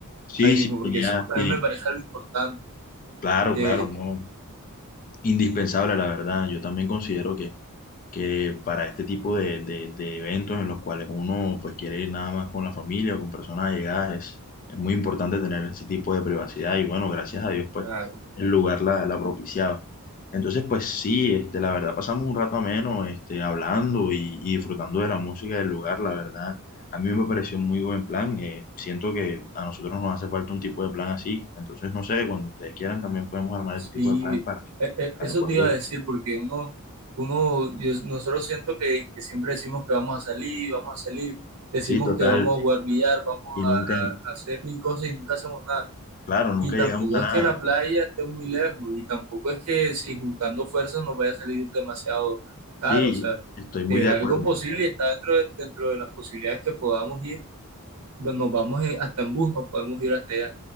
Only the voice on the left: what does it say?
Sí,
sí,
tenía,
tiene-
claro,
claro, no, indispensable, la verdad. Yo también considero que que para este tipo de, de- de eventos en los cuales uno pues quiere ir nada más con la familia o con personas allegadas, es, es muy importante tener ese tipo de privacidad y bueno, gracias a Dios pues
el lugar la, la propiciaba. Entonces pues sí, este, la verdad pasamos un rato ameno este, hablando y, y disfrutando de la música del lugar, la verdad. A mí me pareció un muy buen plan. eh, siento que a nosotros nos hace falta un tipo de plan así. Entonces, no sé, cuando ustedes quieran también podemos armar
este tipo de plan para,
para
poder
ir.
Sí, total.
Y
nunca,
y,
Claro, nunca
llegamos a nada.
Sí,
estoy muy
de
acuerdo.